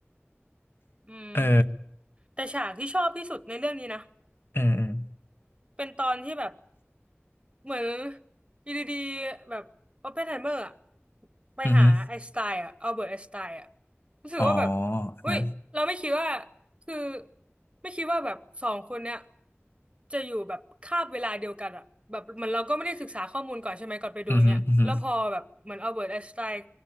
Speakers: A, on the right; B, on the left.
A: อืม
B: เออ
A: แต่ฉากที่ชอบที่สุดในเรื่องนี้นะ
B: เออเออ
A: เป็นตอนที่แบบ เหมือนอยู่ดีๆแบบออปเพนไฮเมอร์อะไปหาไอน์สไตน์อะอัลเบิร์ตไอน์สไตน์อะ
B: อือฮึ
A: รู้สึกว่าแบบ
B: อ๋อ
A: อุ้ยเราไม่คิดว่า
B: นะ
A: คือไม่คิดว่าแบบสองคนเนี้ยจะอยู่แบบคาบเวลาเดียวกันอะแบบเหมือนเราก็ไม่ได้ศึกษาข้อมูลก่อนใช่ไหมก่อนไปดูเนี้ยแล้วพอแบบเหมือนอัลเบิร์ตไอน์สไตน์
B: อือฮึอือฮึ